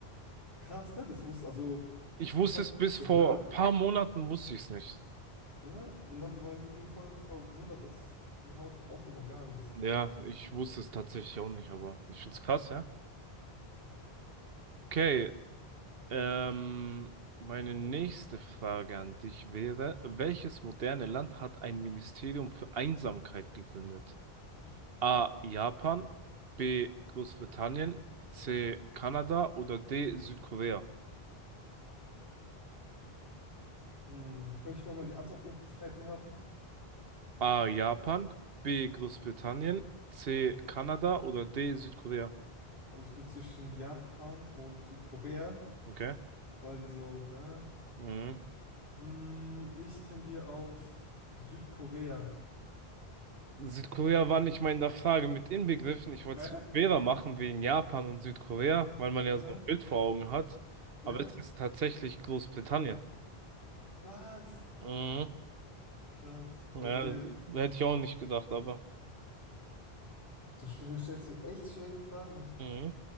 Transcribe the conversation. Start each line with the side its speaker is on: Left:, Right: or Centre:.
Left: Krass, ne? Das wusste, also,
Right: Ich wusste
Left: das habe
Right: es
Left: ich
Right: bis
Left: gehört,
Right: vor paar Monaten, wusste ich es nicht.
Left: ja? Und dann war ich irgendwie voll verwundert, dass die Haut auch ein Organ ist.
Right: Ja, ich wusste es tatsächlich auch nicht, aber ich find's krass, ja. Okay, ähm, meine nächste Frage an dich wäre, welches moderne Land hat ein Ministerium für Einsamkeit gegründet? A. Japan, B. Großbritannien, C. Kanada oder D. Südkorea?
Left: Hm, könnte ich nochmal die Antwortmöglichkeiten haben?
Right: A. Japan, B. Großbritannien, C. Kanada oder D. Südkorea?
Left: Also ich bin zwischen Japan und Südkorea,
Right: Okay.
Left: weil die so, ja.
Right: Mhm.
Left: Ähm, ich tendiere auf Südkorea.
Right: Südkorea war nicht mal in der Frage mit inbegriffen. Ich wollte
Left: Hä?
Right: es schwerer machen wegen Japan und Südkorea, weil man ja
Left: Aha,
Right: so ein Bild vor Augen hat.
Left: ja.
Right: Aber es ist tatsächlich Großbritannien.
Left: Was?
Right: Mhm.
Left: Krass.
Right: Ja,
Left: Okay.
Right: hätte ich auch nicht gedacht, aber.
Left: Du sch- stellst mir echt schwere Fragen.
Right: Mhm.